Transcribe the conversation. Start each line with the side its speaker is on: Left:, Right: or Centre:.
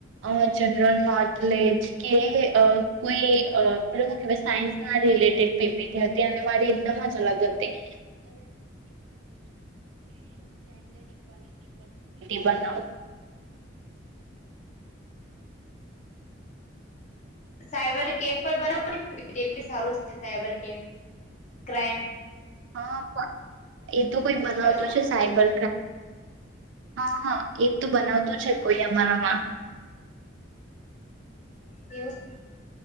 Right: અ જનરલ નોલેજ કે અ કોઈ પેલું શું કેવાય સાયન્સ ના રિલેટેડ પીપીટી અને મારી એદમ જ અલગ હતી <unintelligible> <unintelligible> બનાવું
Left: સાયબર કેફ પર બનાવો પીપીટી સારું છે સાયબર કેફ ક્રાઈમ
Right: હા પણ એ તો કોઈ બનાવતું
Left: હલો
Right: છે સાયબર હા હા એ તો બનાવતું છે કોઈ અમારામાં. <inaudible>
Left: એવું છે.